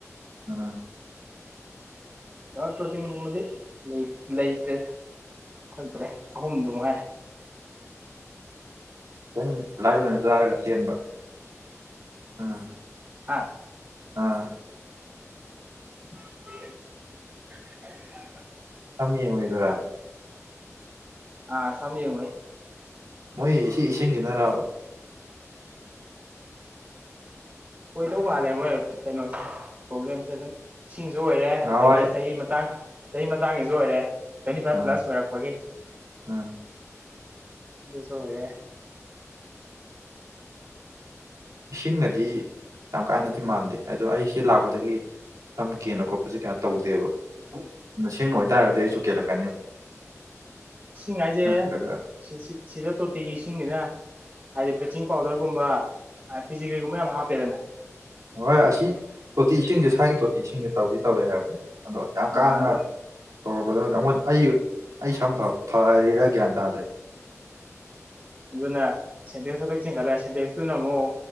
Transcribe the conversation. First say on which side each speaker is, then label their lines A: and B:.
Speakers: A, on the right (about 85°); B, on the right (about 40°).
A: ꯑ
B: ꯄ꯭ꯔꯣꯇꯤꯟꯒꯨꯝꯕꯗꯤ ꯂꯩꯇ꯭ꯔꯦꯗ ꯐꯛꯇ꯭ꯔꯦ ꯑꯍꯨꯝꯗ ꯉꯥꯏꯔꯦ
A: ꯈꯤꯇꯪ ꯂꯥꯏꯗ ꯑꯣꯏꯅ ꯆꯥꯔꯒ ꯆꯦꯟꯕ ꯎꯝ
B: ꯍꯥ
A: ꯑꯥ
B: <inaudible>
A: ꯁꯝ ꯌꯦꯡꯉꯨꯏꯗꯨꯔꯥ꯫
B: ꯑꯥ ꯁꯝꯌꯦꯡꯉꯨꯏ꯫
A: <unintelligible> ꯏꯁꯤꯡꯁꯤꯅꯔꯥꯕ꯫
B: ꯑꯣꯏꯗꯧ ꯃꯥꯜꯂꯦ ꯃꯣꯏ ꯀꯩꯅꯣꯁꯦ ꯄ꯭ꯔꯣꯕ꯭ꯂꯦꯝꯁꯦ ꯑꯗꯨꯅ꯫ ꯏꯁꯤꯡꯁꯨ ꯑꯣꯏꯔꯦ
A: ꯅꯍꯥꯟꯋꯥꯏ
B: ꯑꯗꯒꯤ ꯆꯍꯤ ꯃꯇꯥꯡ꯫ ꯆꯍꯤ ꯃꯇꯥꯡꯒꯤꯁꯨ ꯑꯣꯏꯔꯦ꯫ ꯇ꯭ꯋꯦꯟꯇꯤ ꯐꯥꯏꯚ
A: ꯑꯥ
B: ꯄ꯭ꯂꯁ ꯑꯣꯏꯔꯛꯄꯒꯤ꯫
A: ꯑꯥ
B: <unintelligible> ꯑꯣꯏꯔꯦ꯫
A: ꯏꯁꯤꯡꯅꯗꯤ ꯌꯥꯝ ꯀꯥꯍꯦꯟꯅꯗꯤ ꯃꯥꯟꯗꯦ ꯑꯗꯣ ꯑꯩꯁꯤ ꯂꯥꯛꯄꯗꯒꯤ ꯁꯝ ꯀꯦꯟꯕ ꯈꯣꯠꯄꯁꯦ ꯀꯩꯅꯣ ꯇꯧꯗꯦꯕ ꯏꯁꯤꯡꯅ ꯑꯣꯏꯇꯥꯔꯒꯗꯤ ꯑꯩꯁꯨ ꯀꯦꯜꯂꯛꯀꯅꯦꯕ꯫
B: ꯏꯁꯤꯡꯍꯥꯏꯁꯦ
A: ꯅꯠꯇ꯭ꯔꯒ
B: ꯁꯤ ꯁꯤꯗ ꯇꯣ ꯇꯤꯒꯤ ꯏꯁꯤꯡꯁꯤꯅ ꯍꯥꯏꯗꯤ ꯕ꯭ꯂꯤꯆꯤꯡ ꯄꯥꯎꯗꯔꯒꯨꯝꯕ ꯐꯤꯖꯤꯒ꯭ꯔꯤꯒꯨꯝꯕ ꯌꯥꯝ ꯍꯥꯞꯄꯦꯗꯅ꯫
A: ꯍꯣꯏ ꯑꯁꯤ ꯇꯣꯇꯤ ꯏꯁꯤꯡꯁꯦ ꯁ꯭ꯋꯥꯏꯒꯤ ꯇꯣꯇꯤ ꯏꯁꯤꯡꯁꯦ ꯇꯧꯗꯤ ꯇꯧꯏꯦ ꯍꯥꯏꯕꯅꯦꯕ ꯑꯗꯣ ꯌꯥꯝ
B: ꯑꯥ
A: ꯀꯥ ꯍꯦꯟꯅ꯫
B: ꯑꯗꯨ
A: ꯇꯧꯔꯕꯗ ꯑꯩꯉꯣꯟꯗ ꯑꯩ ꯑꯩ ꯁꯝ ꯐꯔꯤꯔꯥ ꯒ꯭ꯌꯥꯟ ꯇꯥꯗ꯭ꯔꯦ꯫
B: ꯑꯗꯨꯅ ꯁꯦꯟꯇꯦꯛꯁ ꯃꯊꯛ ꯆꯤꯡꯒꯠꯂ ꯁꯦꯟꯇꯦꯛꯁꯇꯨꯅ ꯑꯃꯨꯛ